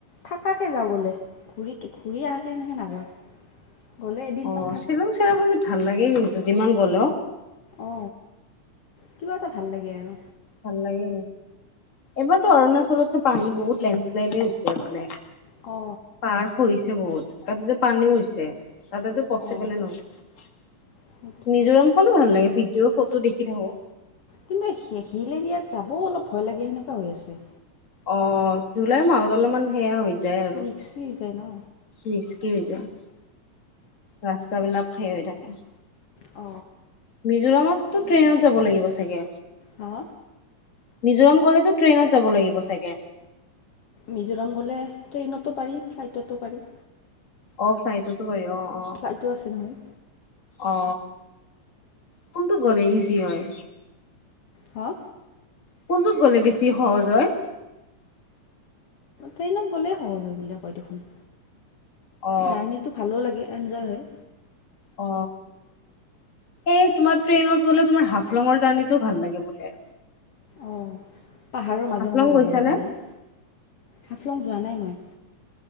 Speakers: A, on the left; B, on the left.
A: থাকাকে যাওঁ গ'লে ঘূৰি কে ঘূৰি আহাকে সেনেকে নাযাওঁ। গ'লে এদিন মান
B: অ, শ্বিলং চেৰাপুঞ্জী ভাল লাগে কিন্তু যিমান গ'ল।
A: অ, কিবা এটা ভাল লাগে আৰু।
B: ভাল লাগে এইবাৰতো অৰুণাচলতো পানী বহুত লেণ্ডছলাইড হৈছে মানে।
A: অ।
B: পাৰ্ক হৈছে বহুত তাতেতো পানীও হৈছে তাতেটো পচিবলে
A: অঁ
B: নহয়।
A: সেইটোৱেতো
B: মিজোৰাম ফালো ভাল লাগে ভিডিঅ' ফটো দেখি থাকো।
A: কিন্তু হিল এৰিয়াত যাবও অলপ ভয় লাগে সেনেকুৱা হৈ আছে।
B: অ জুলাইৰ মাহত অলপমান সেয়া হৈ যায় আৰু
A: ৰিক্সি হৈ যায় ন।
B: ৰিস্কি হৈ যায়, ৰাস্তাবিলাক সে হৈ থাকে।
A: অ।
B: মিজোৰামতটো ট্ৰেইনত যাব লাগিব চাগে?
A: হা
B: মিজোৰাম গ'লেতো ট্ৰেইনত যাব লাগিব চাগে?
A: মিজোৰাম গ'লে ট্ৰেইনতো পাৰি, ফ্লাইটতটো পাৰি।
B: অ ফ্লাইটতটো পাৰি অ। অ
A: ফ্লাইটো আছে নহয়।
B: অ, কোনটো গলে ইজি হয়?
A: হ
B: কোনটোত গ'লে বেছি সহজ হয়?
A: ট্ৰেইনত গ'লেই সহজ হয় বুলি কয় দেখোন।
B: অ
A: জাৰ্নিটো ভালো লাগে এঞ্জয় হয়।
B: অ, এই তোমাৰ ট্ৰেইনত গলে তোমাৰ হাফলঙৰ জাৰ্ণিটো ভাল লাগে বোলে।
A: অ, পাহাৰৰ মাজে
B: হাফলং
A: - মাজে যাব
B: গৈছানে
A: লাগে বোলে, হাফলং যোৱা নাই মই?